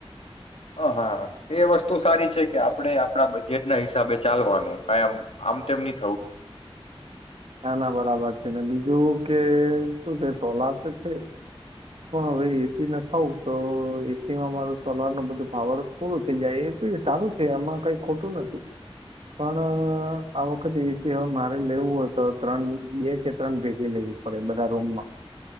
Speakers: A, on the left (about 80°); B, on the right (about 75°).
A: હ હા એ વસ્તુ સારી છે કે. આપણે આપણા બજેટ ના હિસાબે ચાલવાનું. કમ આમ તેમમની.
B: નાના બરાબર છે ને બીજ. જોવું કે શું છે સોલાર તો છે પણ હવે એસી ના ખાવું તો એસી માં મામાર સોલાર ન બધું પાવર પૂરું થઈ જાય એ સારું છે એમાં કઈ ખોટું નથી પણ આ વખતે એસી. હવે મારે લેવું હોય તો ત્રણ બે કે ત્રણ ભેગી લેવી પડે બધા રૂમમાં